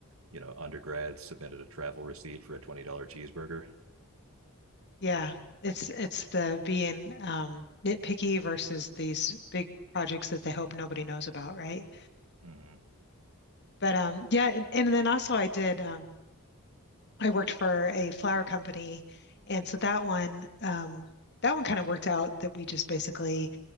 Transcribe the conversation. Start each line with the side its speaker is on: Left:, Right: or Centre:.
Right: you know, undergrads submitted a travel receipt for a $20 cheeseburger.
Left: yeah, it's it's the being um, nitpicky versus these big projects that they hope nobody knows about, right?
Right: Mm-hmm.
Left: But um, yeah, and, and then also I did um, I worked for a flower company, and so that one, um, that one kind of worked out that we just basically